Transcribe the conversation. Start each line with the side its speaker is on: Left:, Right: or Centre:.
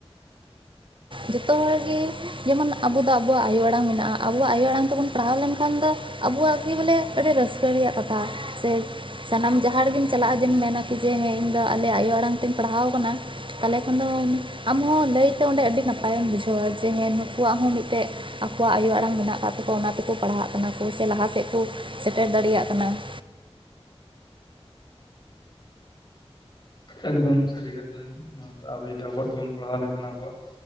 Right: ᱡᱚᱛᱚ ᱦᱚᱲ ᱜᱮ, ᱡᱮᱢᱚᱱ ᱟᱵᱚ ᱫᱚ ᱟᱵᱚᱣᱟᱜ ᱟᱭᱳ ᱟᱲᱟᱝ ᱢᱮᱱᱟᱜᱼᱟ ᱾ ᱟᱵᱚᱣᱟᱜ ᱟᱭᱳ ᱟᱲᱟᱝ ᱛᱮᱵᱚᱱ ᱯᱟᱲᱦᱟᱣ ᱞᱮᱱᱠᱷᱟᱱ ᱫᱚ, ᱟᱵᱚᱣᱟᱜ ᱜᱮ ᱵᱚᱞᱮ ᱟᱹᱰᱤ ᱨᱟᱹᱥᱠᱟᱹ ᱨᱮᱭᱟᱜ ᱠᱟᱛᱷᱟ᱾ ᱾ ᱥᱮ ᱥᱟᱱᱟᱢ ᱡᱟᱦᱟᱸ ᱨᱮᱜᱮᱢ ᱪᱟᱞᱟᱜ ᱟ ᱡᱮᱢ ᱢᱮᱱᱟ᱾ ᱡᱮ ᱦᱮᱸ ᱤᱧ ᱫᱚ ᱟᱞᱮ ᱟᱭᱳ ᱟᱲᱟᱝ ᱛᱮᱧ ᱯᱟᱲᱦᱟᱣ ᱟᱠᱟᱱᱟ ᱾ ᱛᱟᱦᱚᱞᱮ ᱠᱷᱟᱱ ᱫᱚ ᱟᱢᱦᱚᱸ ᱞᱟᱹᱭᱛᱮ ᱚᱸᱰᱮ ᱟᱹᱰᱤ ᱱᱟᱯᱟᱭᱮᱢ ᱵᱩᱡᱷᱟᱹᱣᱟ᱾ ᱡᱮᱸ ᱱᱩᱠᱩᱣᱟᱜ ᱦᱚᱸ ᱢᱤᱫᱴᱮᱡ᱾ ᱟᱠᱚᱣᱟᱜ ᱟᱭᱳ ᱟᱲᱟᱝ ᱢᱮᱱᱟᱜ ᱟᱠᱟᱫ ᱛᱟᱠᱚᱣᱟ ᱚᱱᱟ ᱛᱮᱠᱚ ᱯᱟᱲᱦᱟᱜ ᱠᱟᱱᱟ ᱠᱚ, ᱥᱮ ᱞᱟᱦᱟ ᱥᱮᱫ ᱠᱚ ᱥᱮᱴᱮᱨ ᱫᱟᱲᱮᱭᱟᱜ ᱠᱟᱱᱟ ᱾
Left: ᱮᱠᱫᱚᱢ ᱥᱟᱹᱨᱤ ᱠᱟᱛᱷᱟ, ᱱᱚᱣᱟᱛᱮ ᱟᱵᱚ ᱡᱫᱤ ᱟᱵᱚᱣᱟᱜ ᱛᱮᱵᱚᱱ ᱯᱟᱲᱦᱟᱣ ᱞᱮᱱᱠᱷᱟᱱ ᱟᱵᱚᱣᱟᱜ᱾